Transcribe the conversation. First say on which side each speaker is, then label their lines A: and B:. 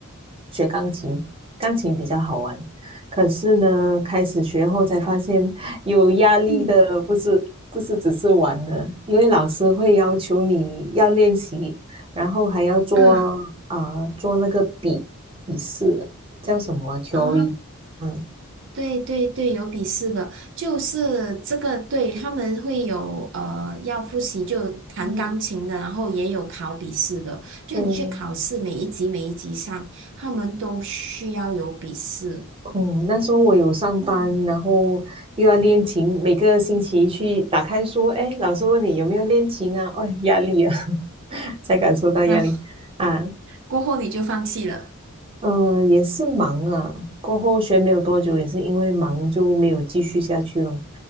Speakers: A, on the right; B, on the right.
A: 学钢琴，钢琴比较好玩。可是呢，开始学后才发现有压力的，
B: 嗯
A: 不是不是只是玩的，因为老师会要求你要练习，然后还要做
B: 嗯
A: 啊、呃做那个笔笔试，叫什么啊 theory，
B: 啊，
A: 嗯。
B: 对对对，有笔试的，就是这个，对，他们会有呃要复习，就弹钢琴的，
A: 嗯，
B: 然后也有考笔试的，就你去考试，
A: 对，
B: 每一级每一级上，他们都需要有笔试。
A: 嗯，那时候我有上班，
B: 嗯，
A: 然后又要练琴，每个星期去打开书，哎，老师问你有没有练琴啊？哦，压力啊，<laughs> 才感受到压力啊。
B: 然后过后你就放弃了。
A: 嗯，也是忙啊。过后学没有多久，也是因为忙就没有继续下去了。